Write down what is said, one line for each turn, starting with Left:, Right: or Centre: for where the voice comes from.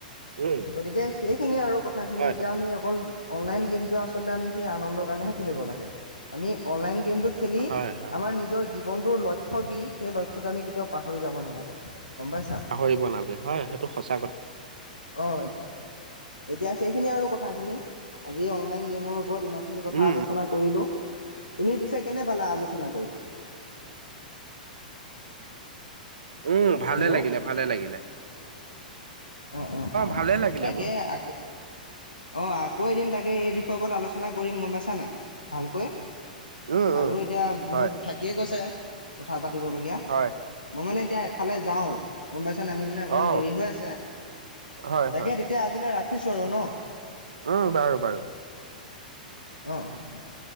Right: উম
Left: গতিকে সেইখিনিয়ে আৰু কথাখিনি
Right: হয়
Left: এতিয়া
Right: হয়
Left: আমি অকল অনলাইন গেমটো আচলতে আমি সেই আনন্দৰ কাৰণেহে খেলিব লাগে। আমি অনলাইন গেমটো ক্সুৱেলী
Right: হয় হয়।
Left: আমাৰ নিজৰ জীৱনটোৰ লক্ষ্য কি, সেই লক্ষ্যটো আমি কেতিয়াও পাহৰি যাব নালাগে গম পাইছা?
Right: পাহৰিব নালগে, হয় সেইটো সঁচা কথা।
Left: অ', এতিয়া সেইখিনি আৰু কথাখিনি, আজি অনলাইন গেমৰ ওপৰত ইমান- এইখিনি কথা
Right: উম
Left: আলোচনা কৰিলো। তুমি পিছে কেনে পালা আলোচনা কৰি?
Right: উম, ভালে
Left: হেল্ল'
Right: লাগিলে, ভালে লাগিলে।
Left: অ', অ' অ',
Right: ভালে লাগিলে
Left: তাকে
Right: বোলো।
Left: আকৌ- অঁ, আকৌ এদিন তাকে এই বিষয়ৰ ওপৰত আলোচনা কৰিম গম পাইছা নাই ভালকৈ।
Right: উম
Left: আৰু
Right: উম
Left: এতিয়া
Right: হয়
Left: বহুত থাকিয়ে গৈছে কথা পাতিবলগীয়া।
Right: হয়।
Left: মই মানে এতিয়া এফালে যাওঁ। গম পাইছ নাই, মোৰ মানে অকণমান
Right: অ
Left: দেৰি হৈ আছে,
Right: হয়
Left: তাকে
Right: হয়
Left: তেতিয়া আজিলৈ ৰাখিছোঁ আৰু ন'।
Right: উম বাৰু, বাৰু।
Left: অঁ, অঁ, অঁ।